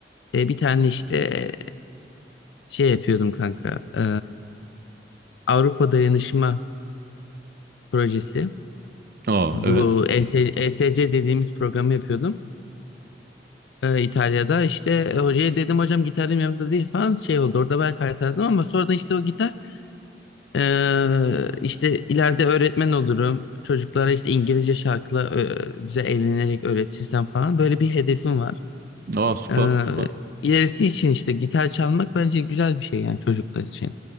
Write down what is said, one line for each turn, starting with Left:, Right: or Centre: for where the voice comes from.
Left: e, bir tane işte e, şey yapıyordum kanka. E, Avrupa Dayanışma Projesi.
Right: Aa
Left: Bu
Right: evet.
Left: E S ESC dediğimiz programı yapıyordum. E, İtalya'da işte e, hocaya dedim hocam gitarım yanımda değil falan şey oldu. Orada ben kaytardım ama sonradan işte o gitar Ee, işte ileride öğretmen olurum. Çocuklara işte İngilizce şarkıyla ö, güzel eğlenerek öğretirsem falan. Böyle bir hedefim var.
Right: Aa süper
Left: Ee,
Right: süper.
Left: ilerisi için işte gitar çalmak bence güzel bir şey yani çocuklar için.